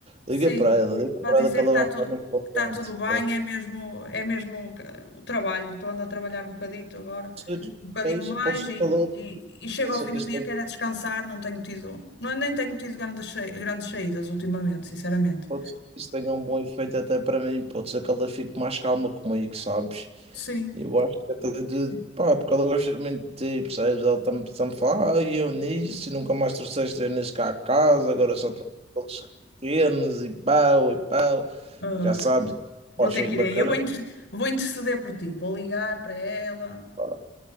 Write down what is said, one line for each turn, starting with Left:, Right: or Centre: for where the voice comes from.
Left: Sim,
Right: Liga para ela, liga
Left: para
Right: para
Left: dizer
Right: ela que ela
Left: que está
Right: vai
Left: tu,
Right: ficar muito contente.
Left: que tá tudo bem,
Right: É,
Left: é mesmo, é mesmo o ca- o trabalho. Estou andando a trabalhar um bocadito agora,
Right: pode ser,
Left: um bocadinho
Right: é isso,
Left: mais,
Right: pode ser que
Left: e,
Right: ela,
Left: e, e chego
Right: pode
Left: ao
Right: ser
Left: fim
Right: que
Left: do
Right: isso
Left: dia,
Right: tenha,
Left: quero é descansar, não tenho tido, não, nem tenho tido grandes, sai- grandes saídas ultimamente, sinceramente.
Right: pode ser que isso tenha um bom efeito até para mim, pode ser que ela fique mais calma comigo, sabes?
Left: Sim,
Right: Eu acho que até de, pá, porque ela gosta muito de ti, percebes? Ela tam- sempre fala, ah, e eu nisso, e nunca mais trouxeste eu nisso cá a casa, agora só trago aqueles pequenos, e pau, e pau,
Left: ah,
Right: e já sabes,
Left: vou
Right: postas
Left: ter que
Right: de bacalhau,
Left: ir aí. Eu vou, inter- vou interceder por ti, vou ligar para ela,
Right: pá,